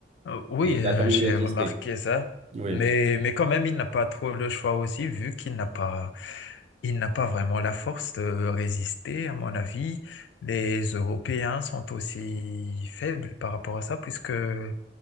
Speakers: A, on the left (about 85°); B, on the right (about 35°).
A: Euh, Oui,
B: il
A: euh,
B: a quand même
A: j'ai
B: résisté
A: remarqué ça,
B: oui
A: mais, mais quand même, il n'a pas trop le choix aussi, vu qu'il n'a pas, il n'a pas vraiment la force de résister, à mon avis. Les Européens sont aussi faibles par rapport à ça, puisque, euh,